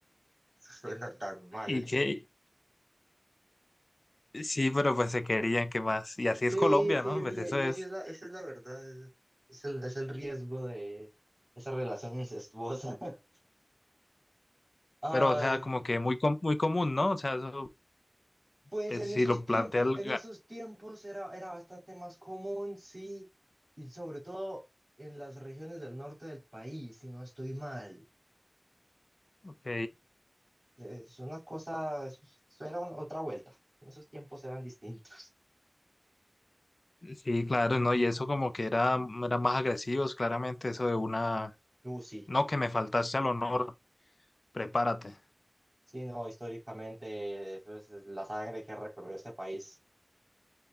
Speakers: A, on the right (about 20°); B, on the left (about 80°).
A: Suena tan mal.
B: ¿Y qué? Sí, pero pues se querían que más. Y así es
A: Sí,
B: Colombia,
A: sí,
B: ¿no? Pues
A: y,
B: eso
A: y
B: es.
A: así es la, esa es la verdad, es, es el, es el riesgo de esa relación incestuosa. <laughs> Ay,
B: Pero, o sea, como que muy, com- muy común, ¿no? O sea, eso,
A: pues
B: pues,
A: en
B: si
A: esos
B: lo
A: tiempos,
B: plantea el...
A: en
B: ga-
A: esos tiempos era, era bastante más común, sí, y sobre todo en las regiones del norte del país, si no estoy mal.
B: Ok.
A: Es una cosa, eso, eso era una- otra vuelta. En esos tiempos eran distintos.
B: Sí, claro, ¿no? Y eso como que era, eran más agresivos, claramente, eso de una...
A: Uh, sí.
B: No, que me faltaste al honor, prepárate.
A: Sí, no, históricamente eso es la sangre que ha recorrido este país.